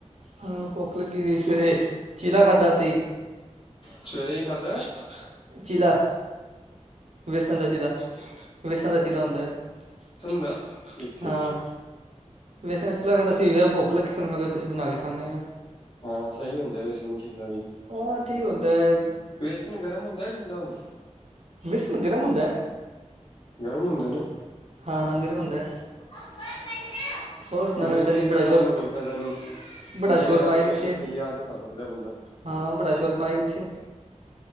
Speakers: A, on the right; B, on the left.
A: ਹਾਂ ਭੁੱਖ ਲੱਗੀ ਸੀ ਸਵੇਰੇ ਚੀਲਾ ਖਾਧਾ ਸੀ
B: ਸਵੇਰੇ ਕੀ ਖਾਧਾ?
A: ਖਾਦਾ ਚੀਲਾ ਵੇਸਣ ਦਾ ਚੀਲਾ ਉਹ ਕਿ ਹੁੰਦਾ। ਵੇਸਣ ਦਾ ਚਿਲਾ ਹੁੰਦਾ ਹੈ ਅੱਛਾ।
B: ਦਾ
A: ਵੇਸਣ ਦਾ
B: ਠੀਕ ਠੀਕ
A: ਹਾਂ। ਵੇਸਨ ਦਾ ਚਿਲਾ ਖਾਦਾ ਸੀ ਵੀ ਭੁੱਖ ਲੱਗੀ ਸੀ ਮੈਂ ਕੁਛ ਬਣਾ ਕੇ ਖਾਂਦੇ ਹਾਂ।
B: ਹਾਂ। ਸਹੀ ਹੁੰਦੇ ਵੇਸਨ ਦੇ ਚਿਲੇ ਵੀ।
A: ਉਹ ਕੀ ਹੁੰਦਾ ਹੈ?
B: ਵੇਸਨ ਗਰਮ ਹੁੰਦਾ ਜਾਂ ਠੰਡਾ ਹੁੰਦਾ।
A: ਵੇਸਨ ਗਰਮ ਹੁੰਦਾ ਹੈ।
B: ਗਰਮ ਹੰਦੇ ਨੇ।
A: ਹਾਂ-ਹਾਂ ਗਰਮ ਹੁੰਦਾ।
B: <inaudible>
A: ਹੋਰ ਸੁਣਾ ਨਵੀ
B: ਗਰਮੀਆਂ
A: ਤਾਜੀ
B: ਚ ਤਾ
A: ਬੜਾ
B: ਖਾਣ
A: ਸ਼ੋਰ
B: ਦਾ ਕੋਈ ਫਾਇਦਾ ਨਹੀਂ
A: ਬੜਾ
B: ਜਿਵੇਂ
A: ਸ਼ੋਰ ਪਾਏ
B: ਅੱਜ
A: ਪਿੱਛੇ
B: ਮੌਸਮ ਸਹੀ ਹੈ ਅੱਜ ਖਾ ਸਕਦਾ ਬੰਦਾ।
A: ਹਾਂ। ਬੜਾ ਸ਼ੋਰ ਪਾਇਆ ਪਿੱਛੇ।